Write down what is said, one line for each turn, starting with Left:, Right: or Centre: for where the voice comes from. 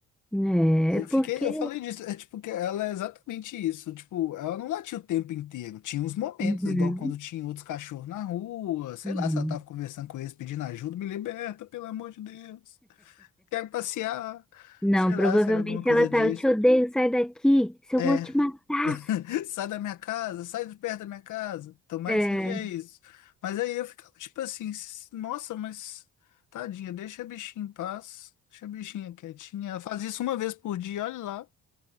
Centre: né?
Left: Eu fiquei,
Centre: Porque.
Left: eu falei disso, é tipo que ela é exatamente isso, tipo, ela não latia o tempo inteiro. Tinha uns momentos,
Centre: Uhum,
Left: igual quando tinha outros cachorros na rua, sei
Centre: sim.
Left: lá, se ela tava conversando com eles pedindo ajuda, me liberta, pelo amor de Deus. Quero passear.
Centre: Não,
Left: Sei lá,
Centre: provavelmente
Left: se era alguma coisa
Centre: ela
Left: disso.
Centre: tá, eu te odeio, sai daqui, se eu
Left: É,
Centre: vou te matar.
Left: <laughs> sai da minha casa, sai de perto da minha casa. Tomara
Centre: É,
Left: que seja isso. Mas aí eu ficava tipo assim, nossa, mas tadinha, deixa a bichinha em paz, deixa a bichinha quietinha. Ela faz isso uma vez por dia, olha lá.